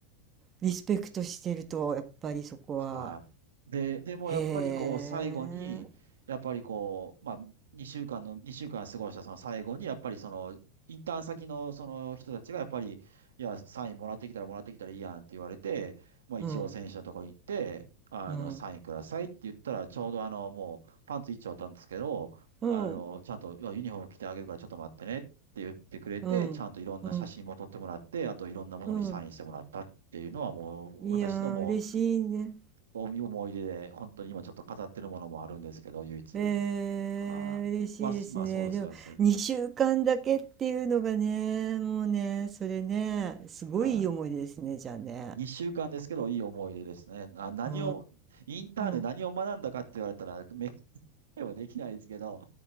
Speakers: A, on the right; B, on the right.
A: リスペクトしてると、やっぱりそこは。
B: はい。で、でもやっぱりこう最後に、
A: へえ。
B: やっぱりこう、まあ2週間の、2週間過ごしたその最後に、やっぱりその、インターン先のその人たちがやっぱり、いや、サインもらってきたらもらってきたらいいやんって言われて、まあ一応選手のところに行って、
A: うん、
B: あの、
A: うん、
B: サインくださいって言ったら、ちょうどあの、もうパンツ一丁あったんですけど、
A: うん、
B: あの、ちゃんと、いやユニフォーム着てあげるからちょっと待ってねって言ってくれて、
A: うん、
B: ちゃんといろんな写真も撮ってもらって、
A: うん、
B: あといろんなものにサインしてもらったっていうのはもう、
A: うん。いやー、
B: 私のもう、
A: 嬉しいね。
B: おいう思い出で、本当に今ちょっと飾ってるものもあるんですけど、唯一。
A: えー、
B: はい。
A: 嬉しいですね。
B: まあ、すまあ、そうです、
A: でも、
B: そうです。
A: 2週間だけっていうのがね、もうね、それね、すごいいい思い出ですね、
B: は
A: じゃあね。
B: い。2週間ですけど、いい思い出ですね。あ、何を、
A: うー
B: インターンで何を学んだかって言われたら、
A: ん、
B: め、<laughs> はできないですけど、